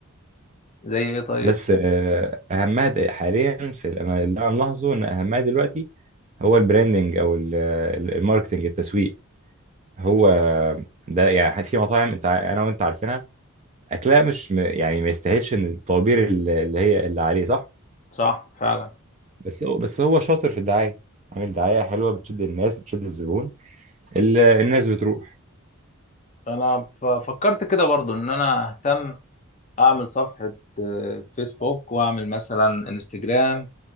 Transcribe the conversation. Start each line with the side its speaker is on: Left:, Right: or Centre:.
Left: زي ايه طيب
Right: بس آه، اهمها د- حاليا في ال- أنا اللي انا ملاحظه ان اهمها دلوقتي هو البراندنج او ال- ال- الماركتنج التسويق هو ده يعني في مطاعم انت ع- انا وانت عارفينها اكلها مش م- يعني ما يستاهلش ان الطوابير ال- اللي هي اللي عليه صح
Left: صح فعلا
Right: بس هو بس هو شاطر في الدعايه عامل دعايه حلوه بتشد الناس بتشد الزبون ال- الناس بتروح
Left: انا ف- فكرت كده برضو ان انا اهتم اعمل صفحة آه، فيسبوك واعمل مثلا انستجرام